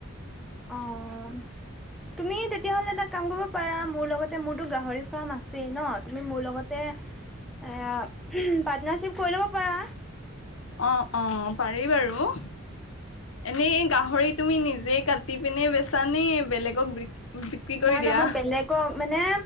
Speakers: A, in the centre; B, on the left.
A: অ' তুমি তেতিয়াহ'লে এটা কাম কৰিব পাৰা, মোৰ লগতে মোৰতো গাহৰি ফাৰ্ম আছে তে ন তুমি মোৰ লগতে এ পাৰ্টনাৰশ্বিপ কৰি ল'ব পাৰা?
B: অ', অ' পাৰি বাৰু। এনেই গাহৰি তুমি নিজে কাটি পিনে বেচা নে বেলেগক বি বিক্ৰী
A: নহ
B: কৰি
A: নহ
B: দিয়া অ
A: মই বেলেগক মানে